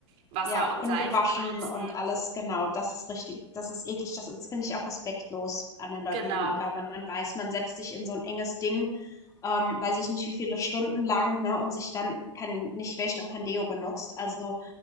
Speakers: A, on the right; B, on the left.
A: Wasser
B: ja,
A: und
B: ungewaschen
A: Seife benutzen.
B: und alles, genau. Das ist richtig. Das ist eklig. Das ist, finde ich, auch respektlos anderen Leuten
A: Genau.
B: gegenüber, wenn man weiß, man setzt sich in so ein enges Ding, ähm, weiß ich nicht, wie viele Stunden lang, ne, und sich dann kein nicht wäscht und kein Deo benutzt. Also,